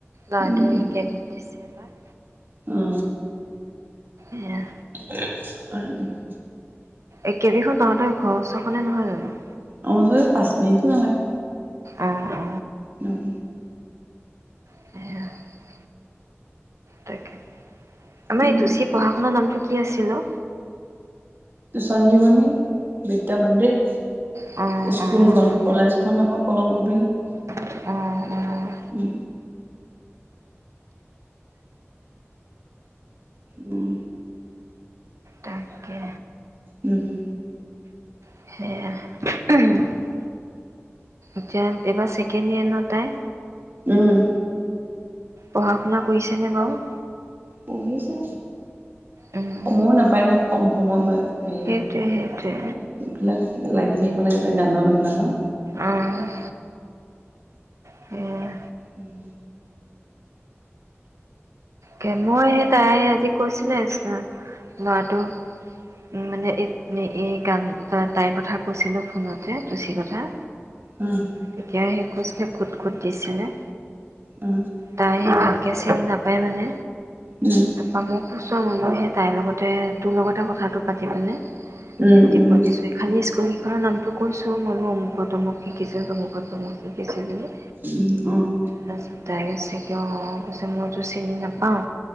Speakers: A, on the right (about 80°); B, on the right (about 45°).
A: লৰাটোৱে
B: উম
A: কেবিদ দিছে এইবাৰ
B: অ
A: এই
B: <unintelligible>
A: এই কেবিখন তহঁতৰ ঘৰৰ ওচৰ খনে নহয় জানো
B: অ <unintelligible> পাচ মিনিটো নালাগে
A: অ অ
B: উম
A: <unintelligible> তাকে আমাৰ
B: উম
A: এই টোচি পঢ়া-শুনাৰ নামটো কি আছিল ও
B: সঞ্জীৱনী বিদ্যামন্দিৰ
A: অ', অ',
B: স্কুলখন কলেজখনৰ আকৌ কলম কপি উম
A: অ', অ', অ',
B: উম
A: তাকে
B: উমু
A: সেয়াই উমু এতিয়া, এইবাৰ ছেকেণ্ড এয়েৰ ন তাই
B: উম
A: পঢ়া-শুনা কৰিছেনে বাৰু
B: পঢ়িছে,
A: উম,
B: সময়ো নাপায় নহয় কম সময় পায়। বঢ়িয়া,
A: সেইটোৱে সেইটোৱে
B: এইবিলাক লাগি থাকিব লাগে যে গানৰ এইবিলাকৰ
A: অ', সেয়া
B: উম
A: গেমৰ এই তাই আজি কৈছিলে যে লৱাটো মানে এই এই গান তাইৰ কথা কৈছিলোঁ ফোনত যা তুচিকথা,
B: উম
A: তেতিয়া সেই খোজটো খোট খোত দিছেহে।
B: অ
A: তাই সিয়াক ভালকে চিনি নাপায় মানে
B: ওম
A: পামৰ ওচৰৰ আলহী এটাই তাইৰ লগতে তোৰ লগটে কথাটো পাতি পিনে
B: উম
A: দিব
B: উম
A: দিছো। খালি স্কুল কেইখনৰ নামটো কৈছোঁ। মই বোলোঁ অমুকত তমুক শিকিছে তমুক তমুক শিকিছে বুলি।
B: উমঁ' অঁ'।
A: তাৰপিছত তাই কৈছে কি অঁ' মইতো চিনি নাপাওঁ।